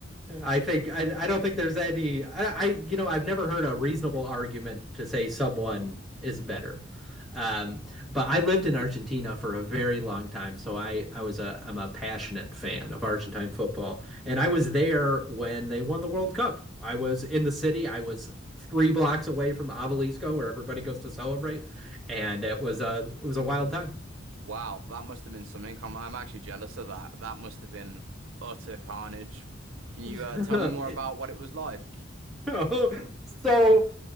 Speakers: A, in the centre; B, on the right (about 80°).
A: I think I, I don't think there's any I, I you know I've never heard a reasonable argument to say someone is better. Um, but I lived in Argentina for a very long time, so I I was a I'm a passionate fan of Argentine football, and I was there when they won the World Cup. I was in the city. I was three blocks away from the Obelisco, where everybody goes to celebrate, and it was a it was a wild time.
B: Wow, that must have been some income. I'm actually jealous of that. That must have been utter carnage. Can you
A: <laughs>
B: uh, tell me more
A: It-
B: about what it was like?
A: <laughs> so